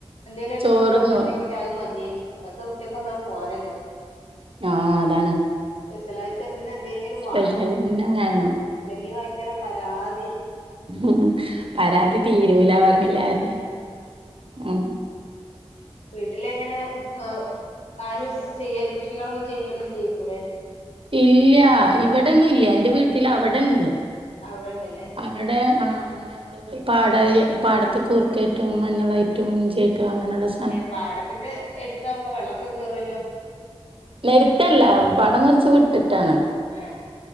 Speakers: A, on the left; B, on the right.
A: എന്തേലോരു
B: ചോറ്ന്നും
A: ചോറോ കിട്ട്യാ അത് മതേനി ഇപ്പത്തെ കുട്ട്യാക്കൊന്നും പോരല്ലോഅത് പോരല്ലോ
B: ആഹ് അതാണ്
A: സ്പെഷ്യലായിട്ട്ന്നെ എന്തേലും
B: സ്പെഷ്യലെന്നെ
A: വേണം
B: വേണം.
A: അല്ലെങ്കി ഭയങ്കര പരാത്യാ
B: ഉം പരാതി തീരൂല പറഞ്ഞില്ല
A: ഉം
B: അര്ടെ അഹ്
A: വീട്ടിലെങ്ങനെ യാഉ ആരും ചെയ്യ കൃഷികളൊന്നും ചെയ്യല് ഇല്ലേക്കൂല്ലേ
B: ഇല്ല ഇവിടെന്നും ഇല്ല ഇന്റെ വീട്ടില് അവിടെണ്ട്
A: അവിടെണ്ടല്ലേ
B: അവടെ ആഹ് അങ്ങനെ ഞങ്ങള് ക്ക് പാട പാടത്ത് കൂർക്കായിട്ടും മഞ്ഞളായിട്ടും ഇഞ്ചിആയിട്ടും അങ്ങനെയുള്ളസ്
A: ഏഹ് പാടത്തിന്റെ എടുത്ത ആകുമ്പോ വെള്ളക്കെ കേറുല്ലോ
B: എട്തല്ല പാടം കോറച്ച് വിട്ടിട്ടാണ്
A: ഏഹ്